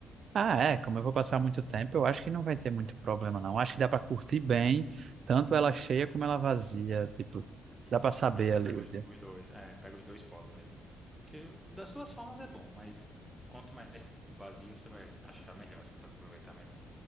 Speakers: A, on the right; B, in the centre.
A: Ah, é, como eu vou passar muito tempo, eu acho que não vai ter muito problema, não. Acho que dá para curtir bem, tanto ela cheia como ela vazia, tipo,
B: Isso.
A: dá para saber
B: Acho que você
A: ali.
B: pega os, os dois, é, pega os dois polos mesmo. Que eu- das duas formas é bom, mas quanto mais vazia você vai achar melhor, assim, para aproveitar melhor.